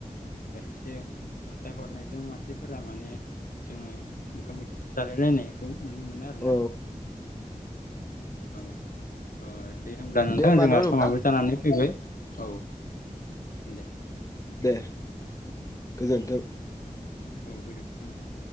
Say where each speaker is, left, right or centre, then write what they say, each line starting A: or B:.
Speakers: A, on the left; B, on the left.
A: जेनेबा एसे अनसाय हरनायजों मानसिफोरा माने जोङो ओंखाम बोथि से जालायलायनायखौ नुनो मोनो आरोना।
B: औ
A: औ औ दे होमब्ला नोंथां
B: दे होमबा
A: जोंहा
B: न' नोंथां
A: समाबो जानानै फैबाय औ। दे।
B: दे गोजोन्थों।
A: औ गोजोनथों नोंथां।